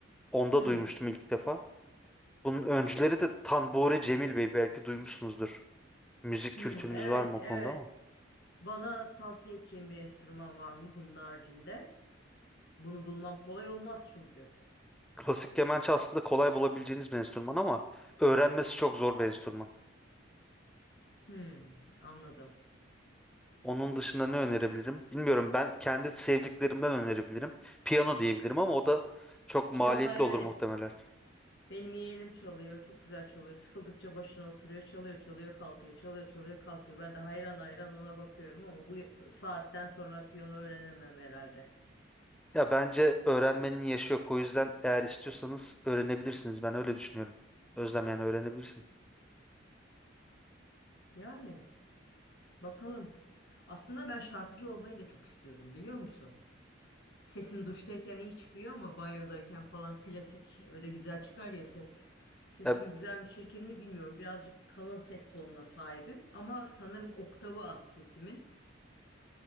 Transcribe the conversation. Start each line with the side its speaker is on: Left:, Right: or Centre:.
Centre: Onda
Left: Hı
Centre: duymuştum ilk defa. Bunun öncüleri de Tanburi Cemil Bey belki duymuşsunuzdur. Müzik
Left: hı,
Centre: kültürünüz
Left: evet
Centre: var mı
Left: evet.
Centre: o konuda ama?
Left: Bana tavsiye edeceğin bir enstrüman var mı bunun haricinde? Bunu bulmam kolay olmaz çünkü.
Centre: Klasik kemençe aslında kolay bulabileceğiniz bir enstrüman ama öğrenmesi çok zor bir enstrüman.
Left: Hı, anladım.
Centre: Onun dışında ne önerebilirim? Bilmiyorum ben kendi sevdiklerimden önerebilirim. Piyano diyebilirim ama o da çok
Left: Piyano
Centre: maliyetli
Left: evet.
Centre: olur muhtemelen.
Left: Benim yeğenim çalıyor. Çok güzel çalıyor. Sıkıldıkça başına oturuyor. Çalıyor, çalıyor, kalkıyor. Çalıyor, çalıyor, kalkıyor. Ben de hayran hayran ona bakıyorum ama bu saatten sonra piyano öğrenemem herhalde.
Centre: Ya bence öğrenmenin yaşı yok. O yüzden eğer istiyorsanız öğrenebilirsiniz. Ben öyle düşünüyorum. Özlem yani öğrenebilirsin.
Left: Yani bakalım. Aslında ben şarkıcı olmayı da çok istiyordum biliyor musun? Sesim duştayken iyi çıkıyor ama banyodayken falan klasik öyle güzel çıkar ya ses. Sesim
Centre: Ya
Left: güzel mi çirkin mi bilmiyorum. Birazcık kalın ses tonuna sahibim ama sanırım oktavı az sesimin.